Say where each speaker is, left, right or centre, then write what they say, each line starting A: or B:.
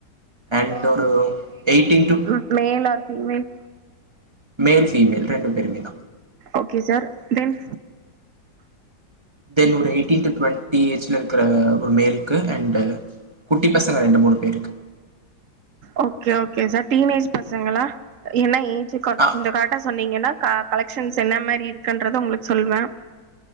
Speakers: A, on the right; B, on the right.
A: அண்டு ஒரு எயிட்டின் டூ
B: ம் male or female
A: male female ரெண்டு பேருமே தா
B: ஓகே சார் தென்
A: தென் ஒரு எயிட்டீன் டூ டுவண்ட்டி ஏஜ் ல இருக்கிறவங்க ஒரு மேலுக்கு அண்டு குட்டி பசங்க ரெண்டு மூணு பேருக்கு
B: okay okay sir teen age பசங்களா என்ன ஏஜி கட்
A: ஆ
B: கொஞ்சோ கரெக்ட்டா சொன்னீங்கன்னா க கலக்ஷன்ஸ் என்ன மாரி இருக்குன்றத உங்களுக்கு சொல்வ